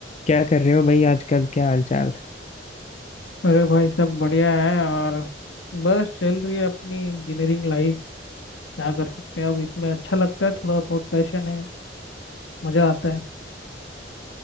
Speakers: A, on the left (about 35°); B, on the left (about 85°).
A: क्या कर रहे हो भाई आजकल क्या हालचाल
B: अरे भाई सब बढ़िया है और बस चल रही है अपनी इंजीनियरिंग लाइफ क्या कर सकते हैं अब इसमें अच्छा लगता है थोड़ा बहुत पैशन है मजा आता है